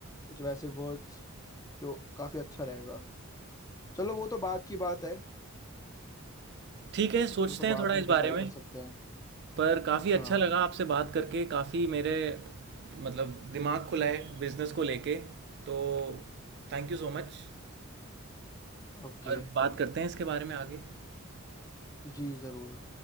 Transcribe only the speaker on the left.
कुछ वैसे वर्ड्स जो काफी अच्छा रहेगा चलो वो तो बाद की बात है
वो तो बाद
में
डिसाइड
कर सकते हैं
हाँ
ओके
जी जरूर